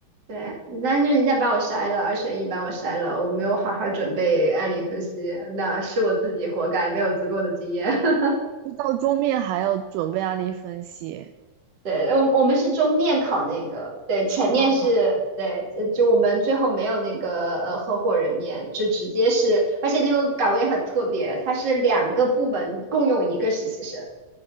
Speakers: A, on the right; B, on the right.
A: 对，但是人家把我筛了，二选一把我筛了，我没有好好准备案例分析，那是我自己活该，没有足够的经验。<laughs>
B: 就到桌面还要准备案例分析
A: 对，我我们是终面考那个，对，前面是对，
B: 啊，
A: 就就我们最后没有那个呃合伙人面，就直接是，而且那个岗位很特别，它是两个部门共用一个实习生。